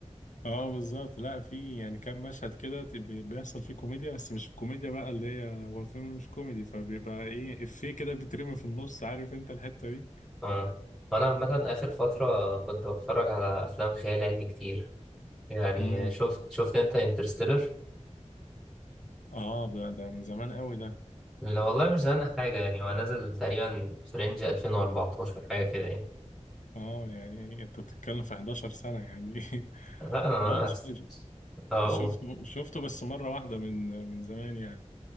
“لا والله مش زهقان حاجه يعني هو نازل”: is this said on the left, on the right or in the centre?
Centre